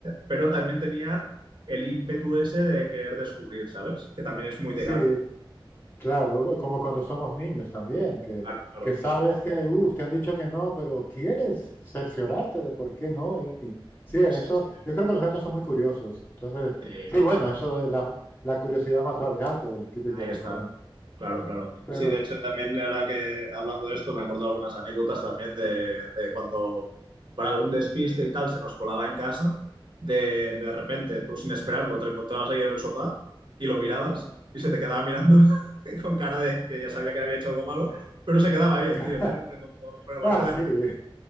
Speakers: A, on the right (about 60°); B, on the left (about 25°).
A: pero también tenía el ímpetu ese de querer descubrir, ¿sabes? Que también es muy de
B: Sí,
A: gato.
B: claro, como cuando somos niños también, que,
A: Claro, claro.
B: que sabes que uh, te han dicho que no, pero quieres cerciorarte de por qué no. Y sí, eso,
A: Sí, sí.
B: yo creo que los gatos son muy curiosos. Entonces,
A: Sí,
B: sí,
A: total.
B: bueno, eso de la, la curiosidad mató al gato, el típico
A: Ahí
B: refrán.
A: está. Claro, claro.
B: Pero,
A: Sí, de hecho, también ahora que hablando de esto, me acuerdo de algunas anécdotas también de, de cuando para algún despiste y tal se nos colaba en casa, de, de repente tú sin esperarlo te encontrabas ahí en el sofá y lo mirabas y se te quedaba mirando <laughs> y con cara de que ya sabía que había hecho algo malo, pero se quedaba ahí
B: <laughs>
A: el tío, ¿sabes? Como, pero aparte
B: ah,
A: la
B: sí,
A: cara,